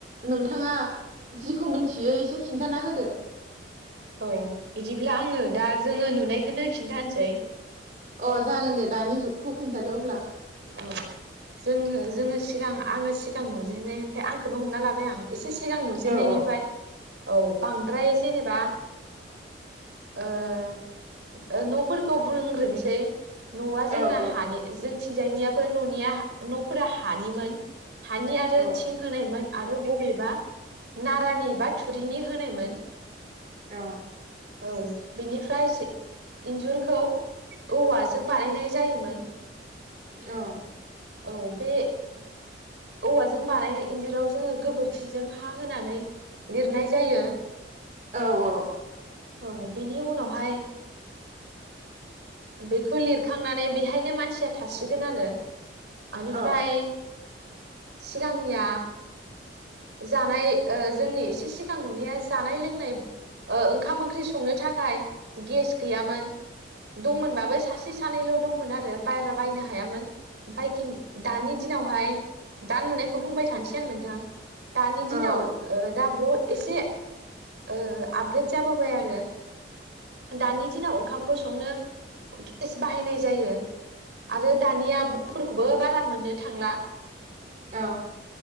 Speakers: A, on the right; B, on the right.
A: नोंथाङा जिखौ मिन्थियो एसे खिन्थाना होदो
B: औ बिदिब्ला आङो दा जोङो नुनायखौनो खिन्थानोसै
A: अ जागोन दे दानि जुगखौ खिन्थादो अब्ला
B: औ जोंनि जोङो सिगां आङो सिगां नुजेननायनिफ्राय आंखौनो हमना लाबाय आं एसे सि सिगां नुजेननायनिफ्राय
A: औ औ
B: औ बांद्राय जेनेबा ओ न'फोरखौ बुंग्रोनोसै न'आ जोंना
A: औ औ
B: हानि जोंथि थिंजायनियाबो न'निया न'फोरा हानिमोन हानि आरो
A: औ
B: थिं होनायमोन आरो बबेबा नारानि बा थुरिनि होनायमोन
A: औ
B: औ बिनिफ्राय जे इन्जुरखौ औवाजों बानायनाय जायोमोन
A: औ
B: औ बे औवाजों बानायनाय इन्जुराव जोङो गोबोरखिजों हा होनानै लिरनाय जायो
A: औ औ
B: औ बेनि उनावहाय बेखौ लिरखांनानै बेहायनो मानसिया थासिगोन आरो <unintelligible>
A: औ अ
B: सिगांनिया जानाय ओ जोंनि एसे सिगां नुनाया जानाय लोंनाय ओ ओंखाम ओंख्रि संनो थाखाय गेस गैयामोन दंमोनबाबो सासे सानैल' दंमोन आरो बारा बायनो हायामोन <unintelligible> <unintelligible> दानि दिनावहाय दा नुनायखौ बुंबाय थानोसै आं नोंथां दानि दिनाव
A: अ
B: ओ दा बहुद एसे ओ आपग्रेद जाबोबाय आरो दानि दिनाव ओंखामखौ संनो गेस बाहायनाय जायो आरो दानिया बफोरखौबो बारा मोननो थांला।
A: औ।